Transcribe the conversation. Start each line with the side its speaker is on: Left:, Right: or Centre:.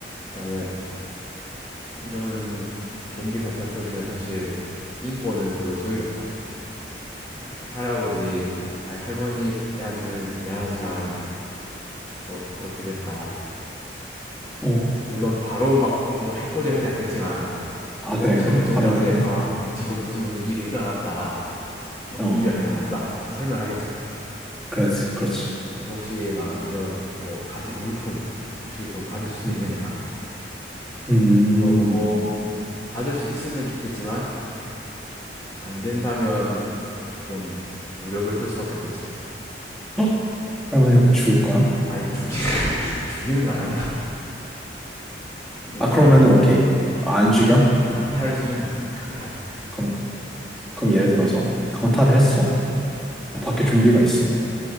Left: 일단은 이런 좀비 사태가 터지면 사실 인권은 별로 소용이 없다. 할아버지 아니 할머니한테는 미안하지만 어 그렇게 됐다.
Centre: 어
Left: 물- 론 바로 막 뭐 해코지를 하지 않겠지만
Centre: 아
Left: 일단
Centre: 그래
Left: 처음에
Centre: 그래
Left: 정정하게
Centre: 바로는 안 해?
Left: 아 지금 무슨 무슨 일이 일어났다. 막
Centre: 어
Left: 좀비 같은 게 나왔다. 설명하겠지 일단.
Centre: 그렇지 그렇지
Left: 그래서 혹시 막 이런 뭐 가지 물품 혹시 좀 받을 수 있겠느냐
Centre: 음 음.
Left: 물어보고 받을 수 있으면 좋겠지만 안 된다면 좀 무력을 쓸 수밖에 없겠지.
Centre: 어? 할머니 그럼 죽일 거야?
Left: 아니 죽이는 거, <laughs> 죽이는 건 아니고 이렇게
Centre: 아
Left: 그냥
Centre: 그러면은 오케이 아,
Left: 강
Centre: 안 죽여?
Left: 강탈 수준만 강탈.
Centre: 그럼 그럼 예를 들어서 강타를 했어. 근데 밖에 좀비가 있어.